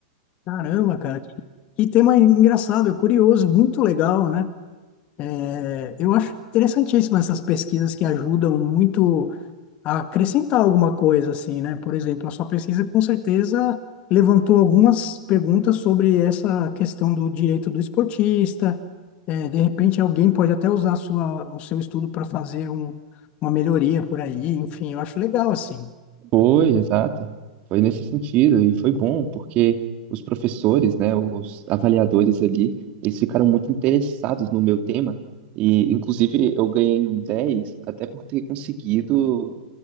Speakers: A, on the left; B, on the right.
A: Caramba, cara, que, que tema engraçado, curioso, muito legal, né? É, Eu acho interessantíssimo essas pesquisas que ajudam muito a acrescentar alguma coisa, assim, né? Por exemplo, a sua pesquisa com certeza levantou algumas perguntas sobre essa questão do direito do esportista. É, de repente, alguém pode até usar a sua, o seu estudo para fazer um, uma melhoria por aí. Enfim, eu acho legal, assim.
B: Foi, exato. Foi nesse sentido e foi bom porque os professores, né, os avaliadores ali, eles ficaram muito interessados no meu tema e, inclusive, eu ganhei um 10 até por ter conseguido